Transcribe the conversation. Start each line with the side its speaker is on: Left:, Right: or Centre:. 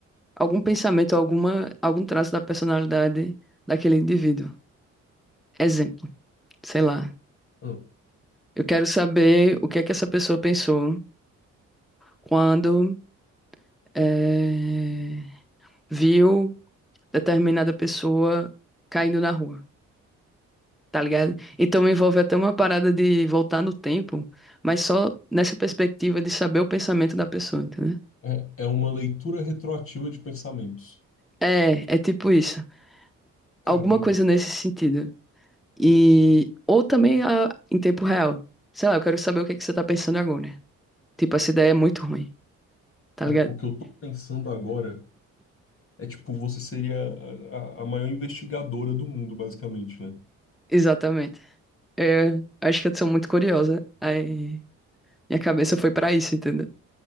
Centre: algum pensamento, alguma, algum traço da personalidade daquele indivíduo. Exemplo, sei lá.
Left: ah,
Centre: Eu quero saber o que é que essa pessoa pensou quando eh, viu determinada pessoa caindo na rua, tá ligado? Então envolve até uma parada de voltar no tempo, mas só nessa perspectiva de saber o pensamento da pessoa, entendeu?
Left: é, é uma leitura retroativa de pensamentos.
Centre: É, é tipo isso.
Left: Caramba,
Centre: Alguma coisa nesse sentido. E ou também a- em tempo real. Sei lá, eu quero saber o que é que você tá pensando agora. Tipo, essa ideia é muito ruim, tá
Left: cara,
Centre: ligado?
Left: o que eu tô pensando agora. É tipo, você seria a, a- a maior investigadora do mundo, basicamente, né?
Centre: Exatamente. É, acho que eu sou muito curiosa. Aí minha cabeça foi pra isso, entendeu?